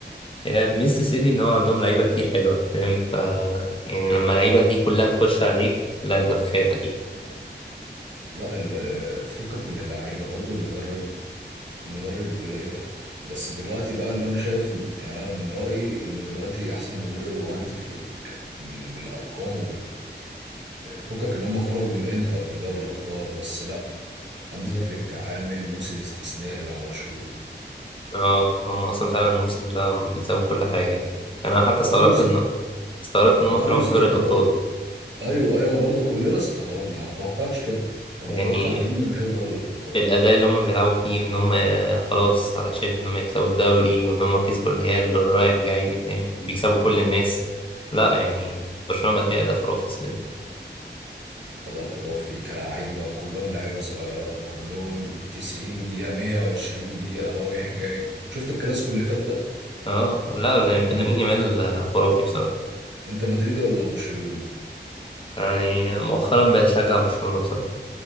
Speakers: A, on the left; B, on the right.
A: يعني ميزة السيتي إن هو عندهم لعيبة كتير حلوة فاهم ف يعني لما اللعيبة دي كلها تخش عليك لا أنت بتخاف أكيد
B: لا ال- فكك من اللعيبه برضو المدرب المدرب ايه ده بس دلوقتي بقى اللي انا شايف ان يعني انا من رايي ان دلوقتي احسن مدرب هو هانزي فليك بال... بالارقام فكك ان هم خرجوا من انتر من دوري الابطال بس لا هانز
A: <laughs>
B: فليك عامل موسم استثنائي مع برشلونة
A: اه هم أصلا فعلا الموسم ده هم بيكسبوا كل حاجة يعني أنا حتى
B: وارني
A: استغربت
B: سل...
A: إن استغربت إن هم
B: وارني
A: طلعوا من
B: سلوت
A: دوري الأبطال
B: برضه ايوه ايوه انا برضه كلنا استغربنا انا ما توقعتش كده انا
A: يعني
B: متوقع ان هم اللي ياخدوا دوري الابطال
A: بالأداء اللي هم بيلعبوا بيه وإن هم خلاص على شبه إن هم يكسبوا الدوري وإن هم كسبوا الريال رايح جاي فاهم بيكسبوا كل الناس لا يعني برشلونة مادية أداء خرافي السنة دي.
B: اداء خرافي كلاعيبه كلهم لعيبه صغيره كلهم 90 دقيقه 120 دقيقه رايح جاي شفت الكلاسيكو اللي فات ده
A: اه لا لام-
B: انت
A: لامين
B: مد...
A: يامال خرافي بصراحة
B: انت مدريدي ولا برشلوني
A: يعني مؤخرا بشجع برشلونة بصراحة